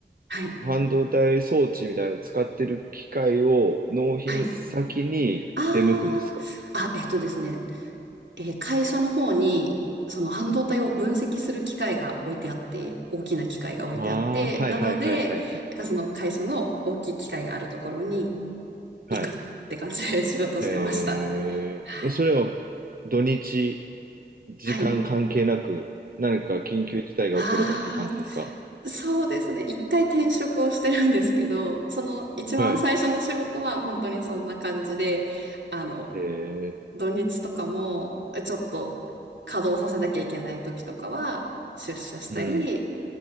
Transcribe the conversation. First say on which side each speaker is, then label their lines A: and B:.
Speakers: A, on the right; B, on the right.
A: はい、
B: 半導体装置みたいなのを使ってる機械を納品先に出向くんですか
A: はい。ああ、あ、えっとですね、えー会社の方に、その半導体を分析する機械が置いてあって、大きな機械が置いてあって、
B: ああー、はいはいはいはいはい。
A: なので、なんかその会社の大きい機械があるところに
B: はい。
A: 行くって感じで仕事してました。
B: へえ、
A: はい。
B: それは土日、時間関係なく、
A: はい。
B: 何か緊急事態が起こればっていう感じですか
A: ああ、そうですね。一回転職をしてるんですけど、その一番最初の仕事は本当にそんな感じで、
B: はい。
A: あの、
B: へえ、
A: 土日とかもちょっと稼働させなきゃいけない時とかは出社したり、
B: うん。